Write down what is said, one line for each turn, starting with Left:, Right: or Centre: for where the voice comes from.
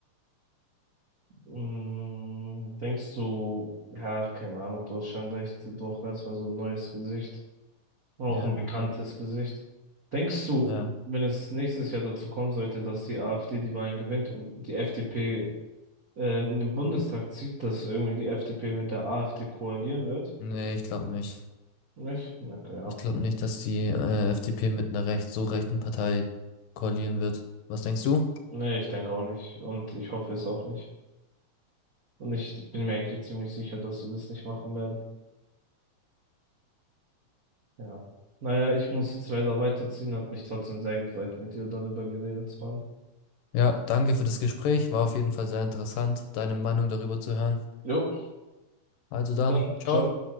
Right: Mm, denkst du, ja, keine Ahnung, du hast schon recht, sie brauchen erstmal so ein neues Gesicht. Auch
Left: Ja,
Right: ein
Left: genau.
Right: bekanntes Gesicht. Denkst du,
Left: Ja.
Right: wenn es nächstes Jahr dazu kommen sollte, dass die AfD die Wahlen gewinnt und die FDP ähm, in den Bundestag zieht, dass irgendwie die FDP mit der AfD koalieren wird?
Left: Nee, ich glaube nicht.
Right: Nicht? Okay, ja.
Left: Ich glaube nicht, dass die äh, FDP mit einer recht, so rechten Partei koalieren wird. Was denkst du?
Right: Nee, ich denke auch nicht. Und ich hoffe es auch nicht. Und ich bin mir eigentlich ziemlich sicher, dass sie das nicht machen werden. Ja. Naja, ich muss jetzt leider weiterziehen. Hat mich trotzdem sehr gefreut, mit dir darüber geredet zu haben.
Left: Ja, danke für das Gespräch. War auf jeden Fall sehr interessant, deine Meinung darüber zu hören.
Right: Jo.
Left: Also dann,
Right: Dann,
Left: ciao.
Right: ciao.